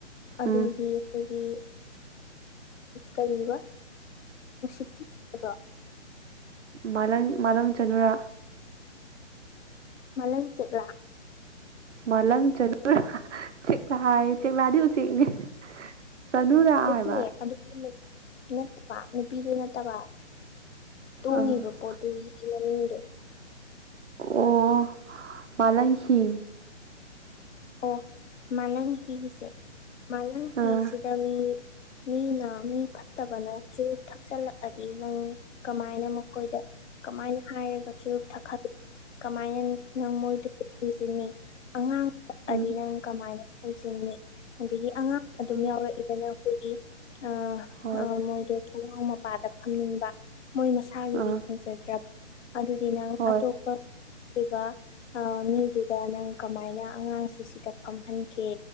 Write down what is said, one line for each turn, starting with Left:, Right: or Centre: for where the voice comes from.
Left: ꯑꯗꯨꯗꯤ
Right: ꯎꯝ
Left: ꯑꯩꯈꯣꯏꯒꯤ ꯀꯔꯤꯕ ꯅꯨꯡꯁꯤꯠꯈꯤꯕꯈꯤꯕꯗꯣ <inaudible>
Right: ꯃꯥꯂꯪ ꯃꯥꯂꯪ ꯆꯅꯨꯔꯥ
Left: ꯃꯥꯂꯪ ꯆꯦꯛꯂꯥ
Right: ꯃꯥꯂꯪ ꯆꯅꯨꯔꯥ ꯆꯦꯛꯂꯥ ꯍꯥꯏꯌꯦ ꯆꯦꯛꯂꯥꯗꯤ ꯎꯆꯦꯛꯅꯦ ꯆꯅꯨꯔꯥ
Left: ꯅꯠꯇꯦ
Right: ꯍꯥꯏꯕ
Left: ꯑꯗꯨꯒꯤ ꯅꯠꯇꯕ ꯅꯨꯄꯤꯗꯨ ꯅꯠꯇꯕ ꯇꯣꯡꯉꯤꯕ
Right: ꯑꯥ
Left: ꯄꯣꯠꯇꯨꯒꯤ ꯃꯃꯤꯡꯗꯣ
Right: ꯑꯣ ꯃꯥꯂꯪꯍꯤ
Left: ꯑꯣ ꯃꯥꯂꯪ ꯍꯤꯁꯦ ꯃꯥꯂꯪ ꯍꯤꯁꯤꯗ
Right: ꯑꯥ
Left: ꯃꯤ ꯃꯤꯅ ꯃꯤ ꯐꯠꯇꯕꯅ ꯆꯨꯔꯨꯞ ꯊꯛꯆꯜꯂꯛꯑꯗꯤ ꯅꯪ ꯀꯃꯥꯏꯅ ꯃꯈꯣꯏꯗ ꯀꯃꯥꯏꯅ ꯍꯥꯏꯔꯒ ꯆꯨꯔꯨꯞ ꯊꯠ ꯀꯃꯥꯏꯅ ꯅꯪ ꯃꯣꯏꯗꯨꯕꯨ ꯊꯦꯝꯖꯤꯟꯅꯤ ꯑꯉꯥꯡ ꯑꯗꯤ
Right: ꯎꯝ
Left: ꯅꯪ ꯀꯃꯥꯏꯅ ꯊꯦꯝꯖꯤꯟꯅꯤ ꯑꯗꯒꯤ ꯑꯉꯥꯡ ꯑꯗꯨꯝ
Right: ꯑꯥ
Left: ꯌꯥꯎꯔꯛꯏꯗꯅ ꯑꯩꯈꯣꯏꯒꯤ ꯑ
Right: ꯍꯣꯏ
Left: ꯑꯥ ꯃꯣꯏꯗꯣ ꯊꯣꯡꯅꯥꯎ ꯃꯄꯥꯗ ꯐꯝꯅꯤꯡꯕ ꯃꯣꯏ ꯃ ꯃꯁꯥꯒꯤꯗꯤ
Right: ꯑꯥ
Left: ꯐꯪꯖꯗ꯭ꯔꯕ ꯑꯗꯨꯗꯤ ꯅꯪ
Right: ꯍꯣꯏ
Left: ꯑꯇꯣꯞꯄ ꯑꯗꯨꯒ ꯑ ꯃꯤꯗꯨꯗ ꯅꯪ ꯀꯃꯥꯏꯅ ꯑꯉꯥꯡꯁꯤ ꯁꯤꯗ ꯐꯝꯍꯟꯒꯦ